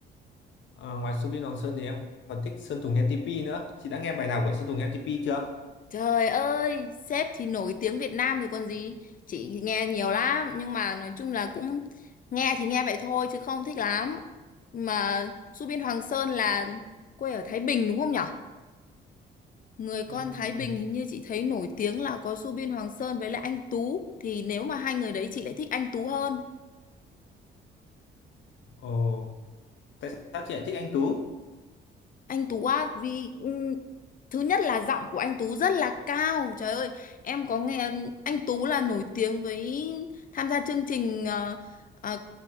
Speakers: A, on the left (about 70°); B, on the left (about 45°).
A: Ờ, ngoài Subin Hoàng Sơn thì em còn thích Sơn Tùng NTP nữa. Chị đã nghe bài nào của Sơn Tùng NTP chưa?
B: Trời ơi, sếp thì nổi tiếng Việt Nam rồi còn gì. Chị nghe nhiều lắm, nhưng mà nói chung là cũng nghe thì nghe vậy thôi chứ không thích lắm. Mà Su Biên Hoàng Sơn là quê ở Thái Bình đúng không nhở? Người con
A: Ừm,
B: Thái Bình hình như chị thấy nổi tiếng là có Su Biên Hoàng Sơn với lại anh Tú. Thì nếu mà hai người đấy chị lại thích anh Tú hơn.
A: Ồ, tại sao chị lại thích anh Tú?
B: Anh Tú á, vì ừm, thứ nhất là giọng của anh Tú rất là cao. Trời ơi, em có nghe anh Tú là nổi tiếng với tham gia chương trình ờ, ờ,